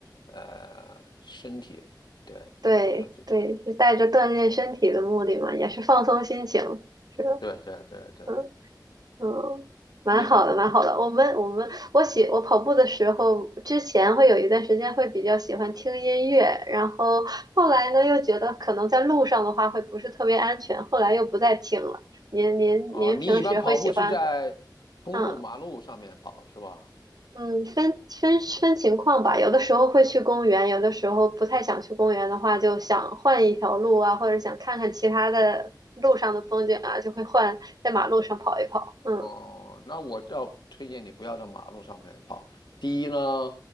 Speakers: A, on the left (about 75°); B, on the right (about 55°).
A: 呃，身体，对对，
B: 对对，
A: 知道自己，
B: 是带着锻炼身体的目的嘛，也是放松心情，是的，
A: 对对对对，
B: 嗯嗯，蛮好的，
A: 你
B: 蛮好的。我们我们我喜我跑步的时候，之前会有一段时间会比较喜欢听音乐，然后后来呢又觉得可能在路上的话会不是特别安全，后来又不再听了。您您您平时会喜欢
A: 哦，你一般跑步是在公路、
B: 嗯
A: 马路上面跑是吧？
B: 嗯分分分情况吧，有的时候会去公园，有的时候不太想去公园的话，就想换一条路啊，或者想看看其他的路上的风景啊，就会换在马路上跑一跑。嗯，
A: 哦，那我要推荐你不要在马路上面跑。第一呢，